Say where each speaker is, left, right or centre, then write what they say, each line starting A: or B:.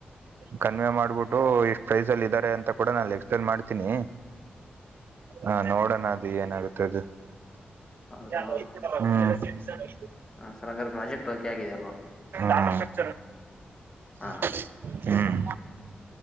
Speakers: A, on the right (about 65°); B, on the left (about 20°).
A: ಕನ್ವೆೇ ಮಾಡ್ಬಿಟ್ಟು ಇಷ್ಟು ಪ್ರೈಸ್ ಅಲ್ಲಿ ಇದ್ದಾರೆ ಅಂತ ಕೂಡ ನಾನು ಎಕ್ಸ್ ಪ್ಲೈನ್ ಮಾಡ್ತೀನಿ. ಹಾ ನೋಡೋಣ ಅದು ಏನಾಗುತ್ತೆ ಅದು.
B: ಹೌದಾ
A: ಹ್ಮ್
B: ಹ ಸರ್ ಹಂಗರೆ ಪ್ರಾಜೆಕ್ಟ್ ಓಕೆ ಆಗಿದೆ ಅಲ್ವಾ
A: ಆ ಸಕ್ತ
B: ಹಾ
A: <unintelligible> ಹ್ಮ್